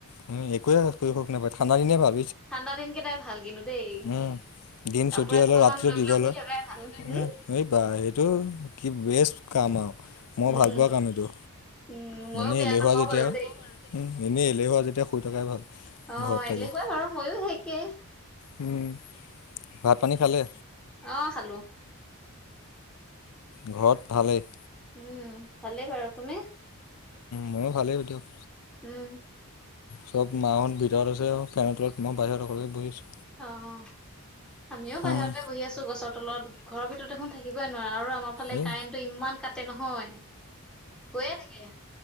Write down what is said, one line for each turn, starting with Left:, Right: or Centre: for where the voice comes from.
Left: <unintelligible>
Centre: ঠাণ্ডা দিনকেইটাই ভাল কিন্তু দেই।
Left: উম দিন
Centre: কাপোৰ
Left: চুটি
Centre: এসোপা
Left: হ'লে ৰাতিটো
Centre: মান লৈ
Left: দীঘল
Centre: পেলাই শুই
Left: হয়,
Centre: থকাই ভাল হম
Left: উম এইবা সেইটো কি বেষ্ট কা‌ মই
Centre: উম
Left: ভাল পোৱা কাম এইটো।
Centre: উম ময়ো
Left: এনেই
Centre: বেয়া
Left: এলেহুৱা
Centre: নাপাওঁ
Left: যেতিয়া
Centre: আৰু দেই।
Left: উম এনেই এলেহুৱা যেতিয়া শুই থকাই ভাল।
Centre: অ'
Left: ঘৰত থাকি
Centre: এলেহুৱা বাৰু ময়ো সেই একেই।
Left: উম। ভাত পানী খালে
Centre: অ' খালোঁ।
Left: ঘৰত ভালেই?
Centre: উম ভালেই বাৰু তুমি?
Left: ময়ো ভালেই দিয়ক।
Centre: উম।
Left: চব মাহঁত ভিতৰত আছে ফেনৰ তলত মই বাহিৰতে বহি আছোঁ।
Centre: অ' আমিও
Left: উম
Centre: বাহিৰতে বহি আছোঁ গছৰ তলত। ঘৰৰ ভিতৰত দেখোন থাকিবই নোৱাৰে আৰু আমাৰ ফালে
Left: এই
Centre: কাৰেণ্টটো ইমান কাটে নহয়, গৈয়ে থাকে।